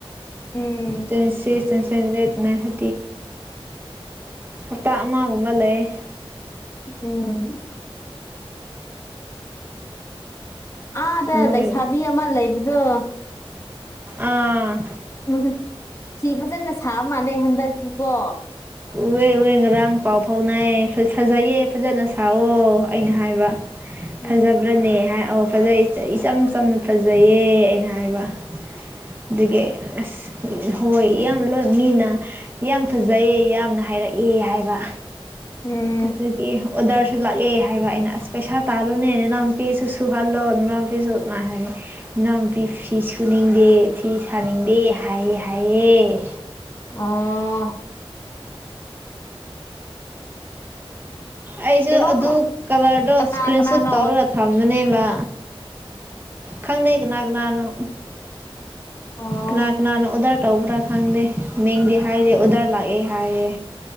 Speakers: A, on the left; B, on the right.
A: ꯎꯝ
B: twenty six twenty sent eight nine ꯊ ꯍꯞꯇꯥ ꯑꯃꯒꯨꯝꯕ ꯂꯩꯌꯦ
A: ꯎꯝ ꯑꯥꯗ
B: ꯂꯣꯏ
A: ꯂꯩꯁꯥꯕꯤ ꯑꯃ ꯂꯩꯕꯗꯣ
B: ꯑꯥ
A: ꯎꯝ ꯁꯤ ꯐꯖꯅ ꯁꯥꯕ ꯃꯥꯜꯂꯦ ꯍꯟꯗꯛꯇꯤꯀꯣ
B: ꯎꯋꯦ ꯎꯋꯦ ꯉꯔꯥꯡ ꯄꯥꯎ ꯐꯥꯎꯅꯩꯑ ꯐꯖꯩꯌꯦ ꯐꯖꯅ ꯁꯥꯑꯣ ꯑꯩꯅ ꯍꯥꯏꯕ
A: ꯎꯝ
B: ꯐꯖꯕ꯭ꯔꯅꯦ ꯍꯥꯏ ꯑꯣ ꯐꯖꯩ ꯏꯆꯝ ꯆꯝꯅ ꯐꯖ ꯐꯖꯩꯌꯦ ꯑꯩꯅ ꯍꯥꯏꯕ ꯑꯗꯨꯒꯤ ꯑꯁ ꯑꯥ ꯍꯣꯏ ꯌꯥ ꯂꯣꯏ ꯃꯤꯅ ꯌꯥꯝ ꯐꯖꯩꯌꯦ ꯌꯥꯝꯅ ꯍꯥꯏꯔꯛꯑꯦ ꯍꯥꯏꯕ
A: ꯎꯝ
B: ꯑꯗꯨꯒꯤ ꯑꯣꯗꯔꯁꯨ ꯂꯥꯛꯑꯦ ꯍꯥꯏꯕ ꯑꯩꯅ ꯑꯁ ꯄꯩꯁꯥ ꯇꯥꯜꯂꯨꯅꯦ ꯅꯅꯥꯎ ꯐꯤꯁꯨ ꯁꯨꯍꯜꯂꯣ ꯅꯅꯥꯎ ꯅꯨꯄꯤꯁꯨ ꯗꯨꯃꯥꯏ ꯍꯥꯏꯌꯦ ꯏꯅꯥꯎ ꯅꯨꯄꯤ ꯐꯤ ꯁꯨꯅꯤꯡꯗꯦ ꯐꯤ ꯁꯥꯅꯤꯡ ꯗꯤ ꯍꯥꯏꯌꯦ ꯍꯥꯏꯌꯦ
A: ꯑꯣ
B: ꯑꯩꯁꯨ
A: ꯀꯩꯅꯣꯝ
B: ꯑꯗꯨ ꯀꯂꯔꯗꯣ
A: ꯀꯅꯥ
B: ꯏꯁꯀ꯭ꯔꯤꯟ
A: ꯀꯅꯥꯅꯣ
B: ꯁꯨꯠ ꯇꯧꯔꯒ
A: ꯑꯣ
B: ꯊꯝꯕꯅꯦꯕ ꯈꯪꯗꯦ ꯀꯅꯥ ꯀꯅꯥꯅꯣ
A: ꯑꯣ
B: ꯀꯅꯥ ꯀꯅꯥꯅ ꯑꯣꯗꯔ ꯇꯧꯕꯔ ꯈꯪꯗꯦ ꯃꯤꯡꯗꯤ ꯍꯥꯏꯔꯦ ꯑꯣꯗꯔ ꯂꯥꯛꯑꯦ ꯍꯥꯏꯌꯦ